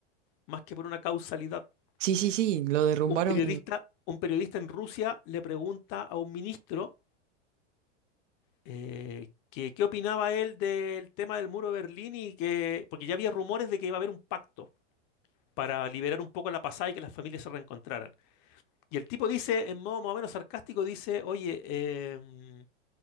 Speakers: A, on the left (about 35°); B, on the right (about 85°).
A: más que por una causalidad.
B: Sí, sí, sí,
A: Un
B: lo derrumbaron.
A: un periodista, un periodista en Rusia le pregunta a un ministro eh, que qué opinaba él del tema del muro de Berlín y que, porque ya había rumores de que iba a haber un pacto para liberar un poco la pasada y que las familias se reencontraran. Y el tipo dice, en modo más o menos sarcástico, dice, oye, eh,